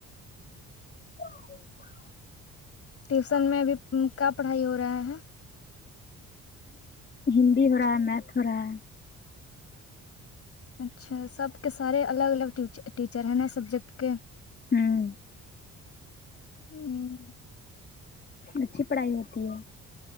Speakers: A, on the left; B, on the left.
A: <inaudible>
B: ٹیوسن میں ابھی کیا پڑھائی ہو رہا ہے
A: ہندی ہورہا ہے میتھس ہو رہا ہے
B: اچھا سب کے سارے الگ الگ ٹیچر ہیں نا سبجیکٹ کے
A: ہممم
B: ہمم
A: اچھی پڑھائی ہوتی ہے